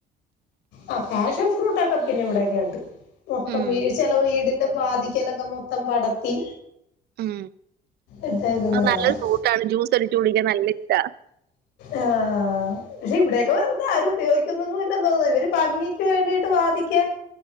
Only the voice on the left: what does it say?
ആ പാഷൻ ഫ്രൂട്ട്ഒക്കെ പിന്നെ ഇവിടെക്കെ ഉണ്ട്. മൊത്തം
വീട് ചില വീടിന്റെ വാധിക്കലൊക്കെ മൊത്തം പടത്തി.
ഇട്ടേക്കുന്ന
കാണാം
ആഹ് പക്ഷെ ഇവിടെയൊക്കെ വെറുതെ ആരും ഉപയോഗിക്കുന്നൊന്നും ഇല്ല തോന്ന ഇവര് ഭംഗിക്ക് വേണ്ടിട്ട് വാദിക്ക.